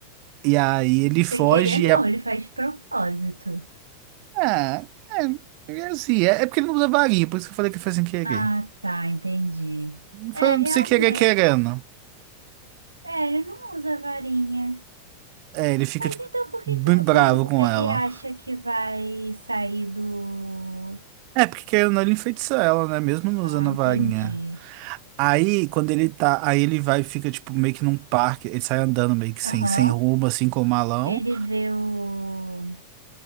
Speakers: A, on the right; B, on the right.
A: E aí ele foge
B: Sem querer, não, ele faz de propósito.
A: Ah, é, é assim, é, é porque ele não usa varinha, por isso que eu falei que foi sem querer.
B: Ah, tá, entendi. É,
A: Foi
B: realmente.
A: sem querer querendo.
B: É, ele não usa varinha.
A: É, ele fica,
B: Mas
A: tipo,
B: então por que
A: bem
B: que o,
A: bravo com
B: o- ele
A: ela.
B: acha que vai sair do.
A: É, porque querendo, ou não, ele enfeitiça ela, né? Mesmo não
B: Ah,
A: usando
B: entendi.
A: a varinha. Aí, quando ele tá, aí ele vai e fica, tipo, meio que num parque, ele sai andando meio que
B: Aham.
A: sem, sem rumo, assim, com malão.
B: Ele vê o.